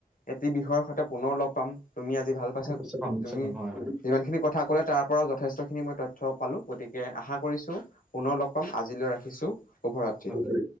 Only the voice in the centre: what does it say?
নিশ্চয় পাম, নিশ্চয়
পাম, হয়
হয় হয়।